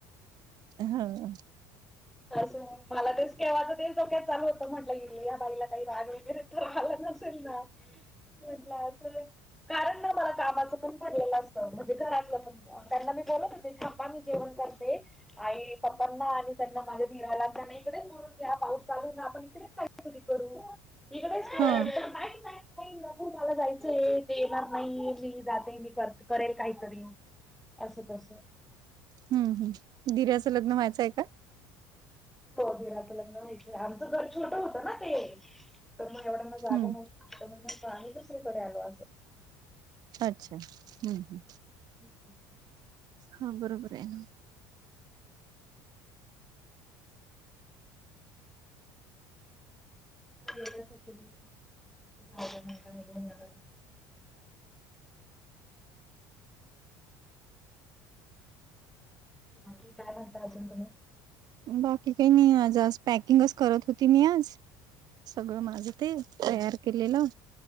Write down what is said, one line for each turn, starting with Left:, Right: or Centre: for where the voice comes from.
Right: हा हा
Centre: असं मला तेच केव्हाचं ते डोक्यात चालू होतं म्हटलं या बाईला काही राग वगैरे तर आला नाही तरी ना म्हटलं अस कारण ना मला कामाच पण पडलेलं असत म्हणजे घरातलं पण त्यांना मी बोलत होते थांबा मी जेवण करते आई पप्पांना आणि त्यांना माझ्या दिराला का नाही इकडेच बोलवुन घ्या पाऊस चालून ना आपण इकडेच काही तरी करू इकडेच
Right: हा
Centre: नाही नाही नको मला जायचंय ते येणार नाही मी जाते ते मी कर करेल काहीतरी असं तसं
Right: हम् हम् दिराचं लग्न व्हायचंय का
Centre: हो दिराचं तर लग्न व्हाचंय आमचं घर छोटं होतं ना ते तर मग एवढ्यांना जागा
Right: हम्म
Centre: न्हवती तर आम्ही दुसरीकडे आलो असं
Right: अच्छा हम्म हम्
Centre: हम्
Right: हा बरोबर आहे ना
Centre: <unintelligible> बाकी काय म्हणता अजून तुम्ही
Right: बाकी काही नाही आज आज पॅकिंगच करत होती मी आज सगळ माझं ते तयार केलेलं